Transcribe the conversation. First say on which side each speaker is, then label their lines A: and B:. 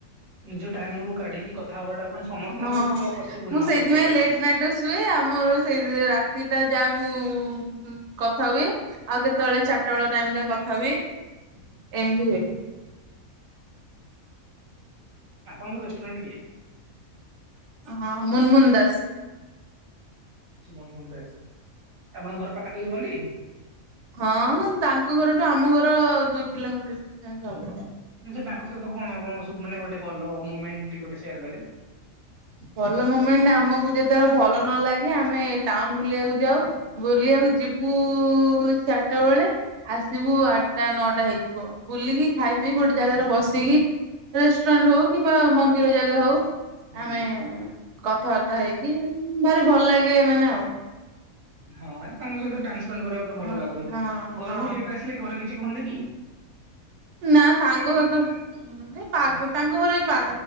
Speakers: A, on the right; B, on the right.
A: ନିଜ ଟାଇମ ରୁ କାଢିକି କଥା ହବାଟା ପୁଣି ସମସ୍ତଙ୍କ
B: ହଁଁ
A: ସହିତ ତ ପସିବୁଲ
B: ମୁଁ
A: ନୁହଁ
B: ସେଇଥିପାଇଁ
A: ସବୁବେଳେ।
B: ଲେଟ୍ ନାଇଟ ରେ ସୁଏ ଆମର ସେଇ ରାତି ଟା ଯାହା ମୁଁ କଥା ହୁଏ। ଆଉ କେତେବେଳେ ଚାରିଟା ବେଳ ଟାଇମ ଟା କଥା ହୁଏ ଏମିତି ହୁଏ।
A: ଆପଣଙ୍କ ବେଷ୍ଟ ଫ୍ରେନଡ୍ କିଏ?
B: ହଁ ମୁନମୁନ ଦାସ।
A: ମନମୁନ ଦାସ ଆପଣଙ୍କ ଘର ପାଖାପାଖି ରୁହନ୍ତି?
B: ହଁ ତାଙ୍କ ଘରଠୁ ଆମ ଘର ଦୁଇ କିଲୋମିଟର ଡିଷ୍ଟାନ୍ସ ହବ।
A: ଆଚ୍ଛା ତାଙ୍କ ସହିତ କଣ ଆପଣ ମାନେ ଗୋଟେ ଭଲ ମୁମେଣ୍ଟ ଟିକେ ଗୋଟେ ସେୟାର କଲେ
B: ଭଲ ମୁମେଣ୍ଟ ଆମକୁ ଯେତେବେଳେ ଭଲ ନ ଲାଗେ ଆମେ ଟାଉନ ବୁଲିବାକୁ ଯାଉ ବୁଲିବାକୁ ଯିବୁ ଚାରିଟା ବେଳେ ଆସିବୁ ଆଠଟା ନଅଟା ହେଇଯିବ ବୁଲିକି ଖାଇ ପିଇି ଗୋଟେ ଜାଗାରେ ବସିକି ରେଷ୍ଟୁରାଣ୍ଟ ହଉ କିମ୍ବା ମନ୍ଦିର ଜାଗା ହଉ
A: ହୁଁ
B: ଆମେ କଥାବାର୍ତ୍ତା ହେଇକି ଭାରି ଭଲ ଲାଗେ ମାନେ ଆଉ।
A: ହଁ ସାଙ୍ଗ ସହିତ ଟାଇମ ସ୍ପେଣ୍ଡ କରିବାକୁ ଭଲ
B: ହଁ
A: ଲାଗୁଥିବ ଘରକୁ
B: ହଁ
A: ଲେଟ ଆସିଲେ ଘରେ କିଛି କୁହନ୍ତିନି?
B: ନା ସାଙ୍ଗ ସହିତ ଏ
A: ହଁ
B: ତାଙ୍କ ଘରେ ପା